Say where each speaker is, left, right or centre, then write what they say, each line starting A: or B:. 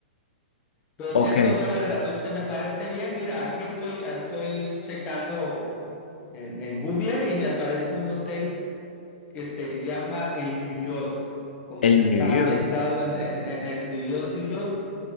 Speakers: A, on the left; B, on the left.
A: doscientos
B: Ok.
A: dólares la noche me parece bien. Mira, aquí estoy, estoy checando en, en Google y me aparece un hotel que se llama el New York, como
B: El
A: que está
B: New York.
A: ambientado en, en- en en New York, New York.